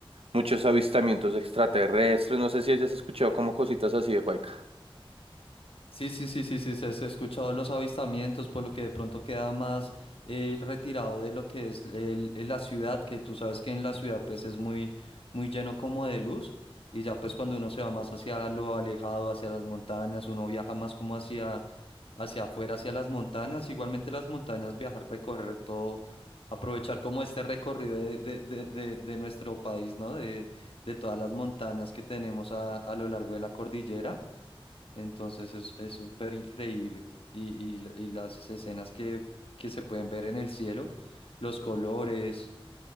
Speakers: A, on the right (about 80°); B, on the left (about 75°).
A: muchos avistamientos extraterrestres. No sé si hayas escuchado como cositas así de Huayca.
B: Sí, sí, sí, sí, sí, se se ha escuchado los avistamientos, por lo que de pronto queda más eh, retirado de lo que es el- el la ciudad, que tú sabes que en la ciudad pues es muy, muy lleno como de luz, y ya pues cuando uno se va más hacia lo alejado, hacia las montañas, uno viaja más como hacia, hacia afuera, hacia las montañas, igualmente las montañas, viajar, recorrer todo, aprovechar como este recorrido de, de, de, de, de nuestro país, ¿no? De, de todas las montañas que tenemos a, a lo largo de la cordillera. Entonces es, es súper increíble. Y, y la- y las escenas que, que se pueden ver en el cielo, los colores.